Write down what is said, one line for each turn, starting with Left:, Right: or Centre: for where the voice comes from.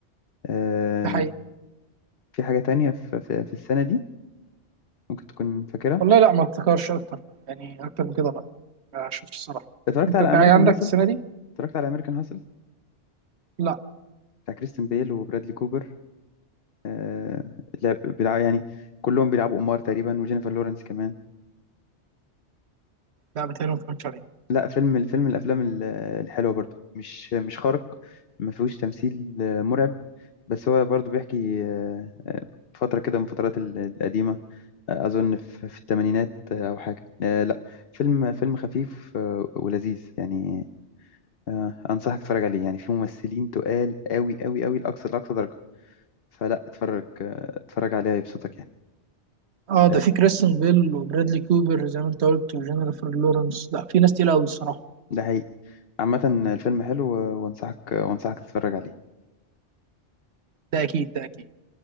Left: آه،
Right: ده حقيقي
Left: في حاجة تانية في, في, في السنة دي ممكن تكون فاكرها
Right: والله لا ما افتكرش اكتر يعني اكتر من كده لا ما شفتش الصراحه
Left: اتفرجت
Right: انت
Left: على
Right: في
Left: أمريكان
Right: حاجه عندك
Left: هاسل
Right: السنه دي؟
Left: اتفرجت على أمريكان هاسل
Right: لا
Left: بتاع كريستين بيل وبرادلي كوبر آه، لعب بيلعب يعني كلهم بيلعبوا أمار تقريبا وجينيفر لورنس كمان
Right: لا بتهيألي ما اتفرجتش عليه
Left: لا فيلم الفيلم من الأفلام ال- الحلوة برضو مش مش خارق ما فيهوش تمثيل آه، مرعب بس هو برضو بيحكي آه، آه، فترة كده من فترات القديمة أظن في في الثمانينات أو حاجة آه، لا فيلم فيلم خفيف آه، ولذيذ يعني آه، أنصحك تتفرج عليه يعني فيه ممثلين تقال قوي قوي قوي لأقصى لأقصى درجة فلا اتفرج آه، اتفرج عليه هيبسطك يعني
Right: اه
Left: آه،
Right: ده في كريستون بيل وبرادلي كوبر زي ما انت قلت وجينيفر لورنس لا في ناس تقيله قوي الصراحه
Left: ده حقيقي عامة الفيلم حلو آه، وأنصحك وأنصحك تتفرج عليه
Right: ده اكيد ده اكيد